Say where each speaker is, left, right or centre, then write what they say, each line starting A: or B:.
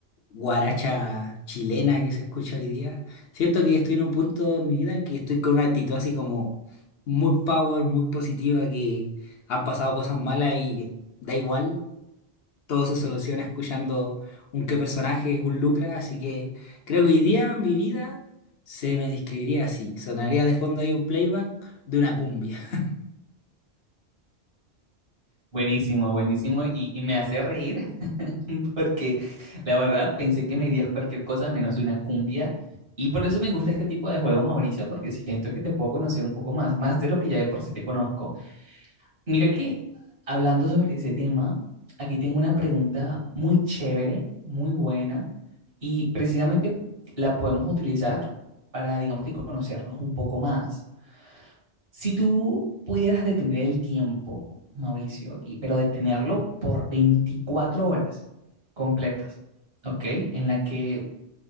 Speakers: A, on the left; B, on the right.
A: guaracha chilena que se escucha hoy día. Siento que estoy en un punto de mi vida en que estoy con una actitud así como muy power, muy positiva, que han pasado cosas malas y da igual, todo se soluciona escuchando un qué personaje, un Lucra, así que creo que hoy día mi vida se me describiría así. Sonaría de fondo ahí un playback de una cumbia. <laughs>
B: Buenísimo, buenísimo. Y, y me hace reír <laughs> porque la verdad pensé que me dirías cualquier cosa menos una cumbia. Y por eso me gusta este tipo de juego, Mauricio, porque siento que te puedo conocer un poco más, más de lo que ya de por sí te conozco. Mira que hablando sobre ese tema, aquí tengo una pregunta muy chévere, muy buena, y precisamente la podemos utilizar para, digamos que, conocernos un poco más. Si tú pudieras detener el tiempo, Mauricio, y, pero detenerlo por 24 horas completas, ¿ok? En la que